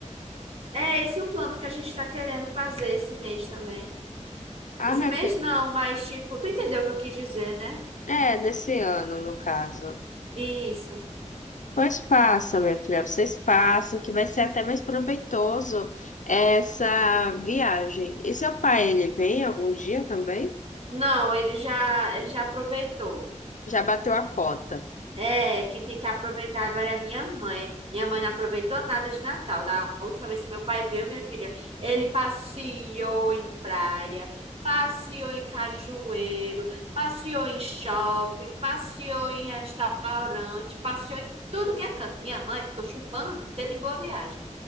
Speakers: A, on the right; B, on the left.
A: É esse o plano que a gente está querendo fazer esse mês também.
B: Ah,
A: Esse
B: minha
A: mês
B: filha.
A: não, mas tipo, tu entendeu o que eu quis dizer, né?
B: É, nesse ano, no caso.
A: Isso.
B: Pois faça, minha filha, vocês façam, que vai ser até mais proveitoso essa viagem. E seu pai, ele vem algum dia também?
A: Não, ele já, ele já aproveitou.
B: Já bateu a cota.
A: É, quem tem que aproveitar agora é a minha mãe. Minha mãe não aproveitou nada de Natal. Da última vez que meu pai veio, minha filha, ele passeou em praia, passeou em cajueiro, passeou em shopping, passeou em restaurante, passeou em tudo que é canto. Minha mãe ficou chupando o dedo em boa viagem.